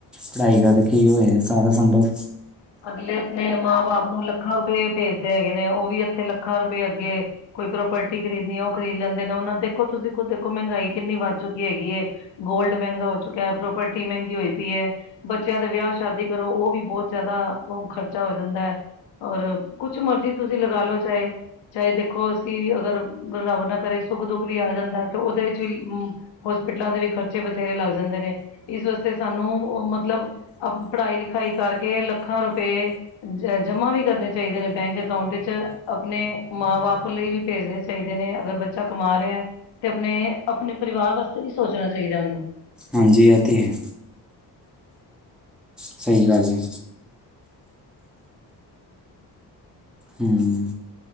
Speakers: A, in the centre; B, on the left.
A: ਪੜਾਈ ਦਾ ਤਾਂ ਕੀ ਹੋਏ ਸਾਰਾ ਸੰਬੰਧ
B: ਅਗਲੇ ਆਪਣੇ ਮਾਂ ਬਾਪ ਨੂੰ ਲੱਖਾਂ ਰੁਪਏ ਭੇਜਦੇ ਹੈਗੇ ਨੇ, ਉਹ ਵੀ ਇੱਥੇ ਲੱਖਾਂ ਰੁਪਏ ਅੱਗੇ ਕੋਈ ਪ੍ਰੋਪਰਟੀ ਖਰੀਦਣੀ ਉਹ ਖਰੀਦ ਲੈਂਦੇ ਨੇ, ਉਹਨਾਂ ਦੇਖੋ ਤੁਸੀਂ ਖੁਦ ਦੇਖੋ ਮਹਿੰਗਾਈ ਕਿੰਨੀ ਵੱਧ ਚੁੱਕੀ ਹੈਗੀ ਏ। ਗੋਲਡ ਮਹਿੰਗਾ ਹੋ ਚੁੱਕੀਆਂ ਹੈ, ਪ੍ਰੋਪਰਟੀ ਮਹਿੰਗੀ ਹੋਈ ਪਈ ਹੈ, ਬੱਚਿਆਂ ਦੇ ਵਿਆਹ ਸ਼ਾਦੀ ਕਰੋ ਉਹ ਵੀ ਬਹੁਤ ਜ਼ਿਆਦਾ ਉਹ ਖਰਚਾ ਹੋ ਜਾਂਦਾ ਹੈ, ਔਰ ਕੁਛ ਮਰਜ਼ੀ ਤੁਸੀਂ ਲਗਾ ਲਓ ਚਾਹੇ ਚਾਹੇ ਦੇਖੋ ਅਸੀਂ ਅਗਰ ਰੱਬ ਨਾ ਕਰੇ ਸੁੱਖ-ਦੁੱਖ ਵੀ ਆ ਜਾਂਦਾ ਹੈ, ਤੇ ਉਹਦੇ ਵਿੱਚ ਵੀ ਹੋਸਪਿਟਲਾਂ ਦੇ ਵੀ ਖਰਚੇ ਬਥੇਰੇ ਲੱਗ ਜਾਂਦੇ ਨੇ ਇਸ ਵਾਸਤੇ ਸਾਨੂੰ ਮਤਲਬ ਅ ਪੜ੍ਹਾਈ ਲਿਖਾਈ ਕਰਕੇ ਲੱਖਾਂ ਰੁਪਏ ਅ ਜ ਜਮਾ ਵੀ ਕਰਨੇ ਚਾਹੀਦੇ ਨੇ ਬੈਂਕ ਅਕਾਊਂਟ ਚ, ਆਪਣੇ ਮਾਂ ਬਾਪ ਲਈ ਵੀ ਭੇਜਣੇ ਚਾਹੀਦੇ ਨੇ ਅਗਰ ਬੱਚਾ ਕਮਾ ਰਿਹਾ ਤੇ ਆਪਣੇ-ਆਪਣੇ ਪਰਿਵਾਰ ਵਾਸਤੇ ਵੀ ਸੋਚਣਾ ਚਾਹੀਦਾ ਉਹਨੂੰ।
A: ਹਾਂਜੀ ਇਹ ਤੇ ਹੈ। ਸਹੀ ਗੱਲ ਹੈ। ਹਮ।